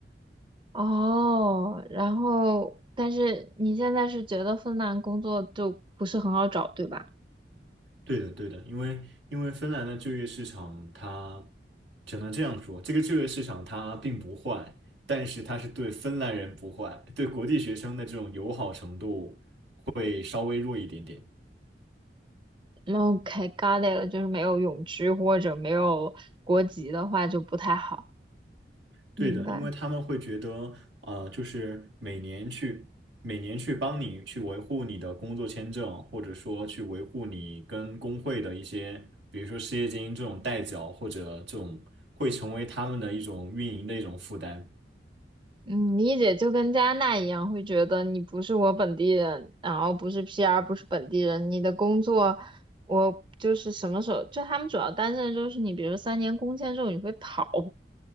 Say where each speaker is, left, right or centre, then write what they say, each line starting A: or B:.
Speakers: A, on the right; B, on the right.
A: 哦，然后但是你现在是觉得芬兰工作就不是很好找，对吧？
B: 对的，对的，因为因为芬兰的就业市场它只能这样说，这个就业市场它并不坏，但是它是对芬兰人不坏，对国际学生的这种友好程度会稍微弱一点点。
A: OK，got it 了，就是没有永居或者没有国籍的话就不太好。
B: 对的，
A: 明白，
B: 因为他们会觉得，呃，就是每年去每年去帮你去维护你的工作签证，或者说去维护你跟工会的一些，比如说失业金这种代缴，或者这种会成为他们的一种运营的一种负担。
A: 嗯，理解就跟加拿大一样，会觉得你不是我本地人，然后不是 PR，不是本地人，你的工作我就是什么时候，就他们主要担心的就是你，比如说三年工签之后你会跑。